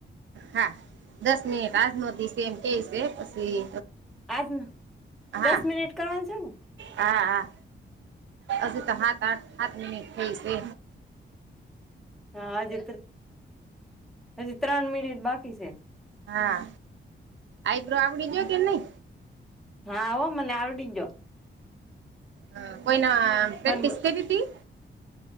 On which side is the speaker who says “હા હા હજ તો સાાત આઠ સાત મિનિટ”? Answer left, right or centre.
Right